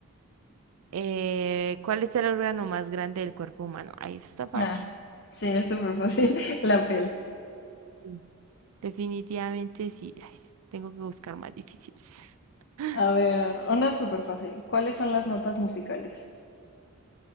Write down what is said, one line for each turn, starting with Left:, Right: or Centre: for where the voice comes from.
Right: Eh, ¿cuál es el órgano más grande del cuerpo humano? Ahí eso está fácil.
Left: Ah, sí, es súper fácil. <laughs> La piel.
Right: Sí. Definitivamente sí. Ay, tengo que buscar más difíciles. <laughs>
Left: A ver, una súper fácil. ¿Cuáles son las notas musicales?